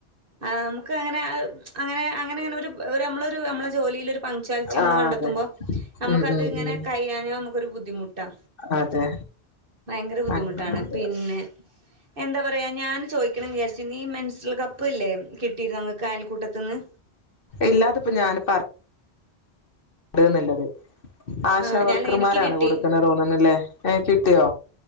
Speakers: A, on the right; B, on the left.
A: ആഹ് ന്നമുക്ക് അങ്ങനെ അഹ് അങ്ങനെ അങ്ങനെ അങ്ങനോര് ഒര് അമ്മളോരു അമ്മളെ ജോലിയിലോര് പങ്ച്വലിറ്റി ന്നമ്മൾ
B: ആ
A: കണ്ടെത്ത്മ്പോ
B: അതെ
A: ന്നമക്കത്
B: ഉം ഉം
A: ഇങ്ങനെ
B: ഉം
A: കയ്യയ്ഞ ഞമുക്കൊരു ബുദ്ധിമുട്ടാ
B: അതെ
A: ഭയങ്കര ബുദ്ധിമുട്ടാണ്
B: അങ്ങനെ
A: പിന്നെ എന്താ പറയ ഞാൻ ചോയ്ക്കണംന്ന് വിചാര്ചീന്ന് ഈ മെൻസറൽ കപ്പ്ല്ലേ കിട്ടിയ്ര്ന്നോ ഇങ്ങക്ക് അയൽക്കൂട്ടത്ത്ന്ന്
B: ഇല്ലാ അത്പ്പൊ ഞാന് പർ ട്ട് ന്നില്ലത് ആശാവർക്കർമാരാണ്
A: ആ ഞാൻ എനിക്ക് കിട്ടി
B: കൊട്ക്ക്ന്നെ തോന്ന്ണ്ലെ ഏഹ് കിട്ട്യോ